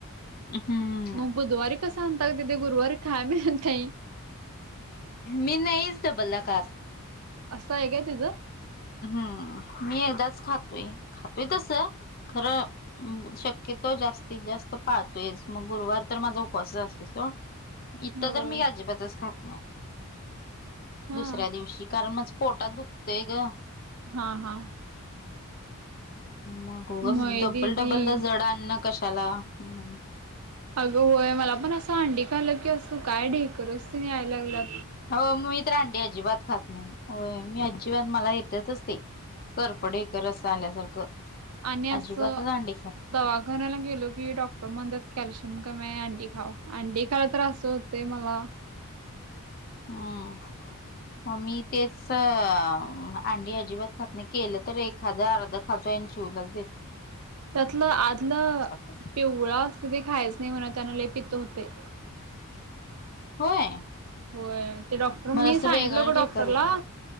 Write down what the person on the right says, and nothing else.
मग बुधवारी कसं आणता ग दीदी गुरुवारी खायला मिळत नाही.
असं आहे काय तिझं.
होय
हा
हा हा,
मय
दिदी
अगं होय मला पण असं अंडी खालं की असू काय डेकररेसनी यायला लागला.
आणि अस.
दवाखायला गेलो की डॉक्टर म्हणतात कॅल्शियम कामी हाय अंडी खावा अंडी खायला तर असो होतं. ते मला.
त्यातलं आदलं
पेव''--'' ळा असते ते खायच नाही म्हण त्यान लले पित होतेय.
होय ते डॉक्टर
मी
सांगितलं
ग डॉक्टरला